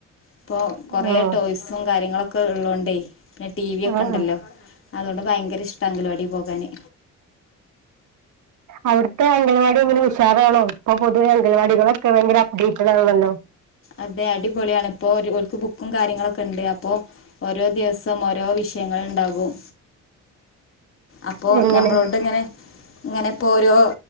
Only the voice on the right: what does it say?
ആണോ
ആ
ആ
അവിട്ത്തെ അംഗനവാടി എങ്ങനെ ഉഷാറാണോ ഇപ്പൊ പൊതുവെ അംഗൻവാടികളൊക്കെ ഭയങ്കര അപ്ഡേറ്റഡ് ആണല്ലോ?
എങ്ങനെ